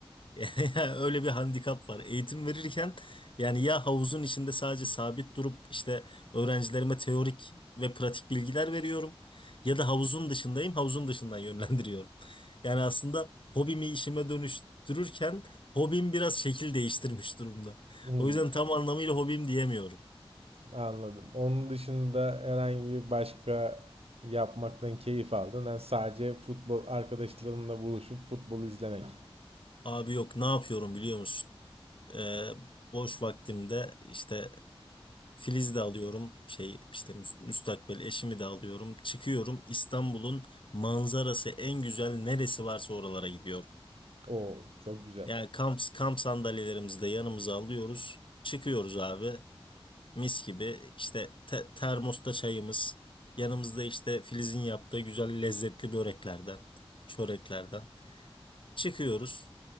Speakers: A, on the left (about 60°); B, on the right (about 80°).
A: <laughs> Öyle bir handikap var. Eğitim verirken yani ya havuzun içinde sadece sabit durup işte öğrencilerime teorik ve pratik bilgiler veriyorum ya da havuzun dışındayım, havuzun dışından <laughs> yönlendiriyorum. Yani aslında hobimi işime dönüştürürken hobim biraz şekil değiştirmiş durumda.
B: Hmm.
A: O yüzden tam anlamıyla hobim diyemiyorum.
B: Anladım. Onun dışında herhangi bir başka yapmaktan keyif aldın. Yani sadece futbol arkadaşlarınla buluşup futbol izlemek.
A: Abi yok ne yapıyorum biliyor musun? Ee, boş vaktimde işte Filiz de alıyorum şey işte müs- müstakbel eşimi de alıyorum. Çıkıyorum İstanbul'un manzarası en güzel neresi varsa oralara gidiyorum.
B: Oo, çok güzel.
A: Yani kamp, kamp sandalyelerimizi de yanımıza alıyoruz. Çıkıyoruz abi mis gibi işte te- termosta çayımız yanımızda işte Filiz'in yaptığı güzel lezzetli böreklerden çöreklerden çıkıyoruz.